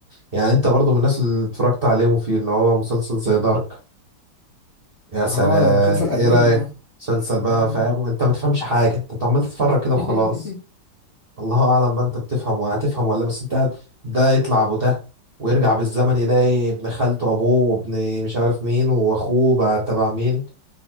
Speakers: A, on the right; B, on the left.
A: يعني انت برضو من الناس اللي اتفرجت عليهم فيه اللي هو مسلسل زي دارك يا سلام
B: اه ده مسلسل
A: ايه
B: ألماني
A: رأيك
B: ده
A: مسلسل
B: مم.
A: بقى فاهم انت ما تفهمش حاجة انت عمال تتفرج كده
B: <laughs>
A: وخلاص الله اعلم بقى انت بتفهم وهتفهم ولا لا، بس انت قاعد ده يطلع ابو ده ويرجع بالزمن يلاقي ابن خالته ابوه وابن مش عارف مين واخوه بقى تبع مين